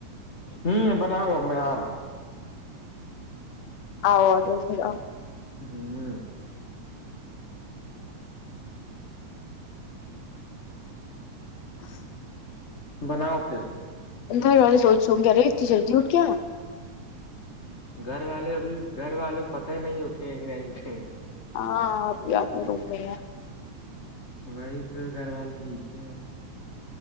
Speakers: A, on the left; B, on the left.
A: ہوں بناؤ میں آ رہا ہوں
B: او
A: ہوں
B: <inaudible>
A: بناؤ پھر
B: گھر والے سوچ سو گے اے انی جلدی اٹھ کےیا
A: گھر والے ابھی گھر والوں کو پتہ ہی نہیں اٹھیں گے کہ نہیں اٹھیں گے
B: ہاں آپ بھی آپ میں بول رہے ہیں
A: وہی تو گھر والے کی اچھے ہیں